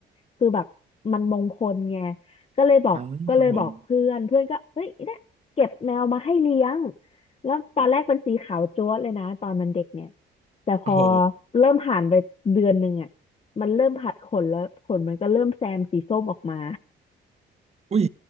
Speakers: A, on the left; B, on the right.
A: คือแบบมันมงคลไงก็เลยบอกก็เลยบอกเพื่อนเพื่อนก็เฮ้ยเนี่ยเก็บแมวมาให้เลี้ยง
B: อ่าครับผม
A: แล้วตอนแรกเป็นสีขาวจั๊วะเลยนะตอนมันเด็กเนี่ยแต่พอ
B: โอ้โห
A: เริ่มผ่านไปเดือนหนึ่งอ่ะมันเริ่มผัดขนแล้วขนมันก็เริ่มแซมสีส้มออกมา
B: อุ้ย